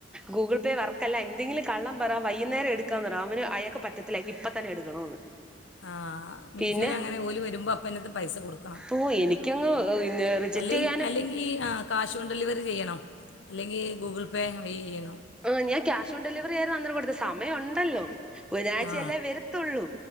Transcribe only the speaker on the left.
ആഹ് മീഷോയിൽ
അങ്ങനെ ഓല് വരുമ്പോ അപ്പന്നെട്ത്ത് പൈസ കൊടുക്കണം
അല്ലേൻ
അല്ലെങ്കി ഈ ആഹ് ക്യാഷ് ഓൺ ഡെലിവറി ചെയ്യണോ അല്ലെങ്കി ഗൂഗിൾ പേ വയി ചെയ്യണോ
ആ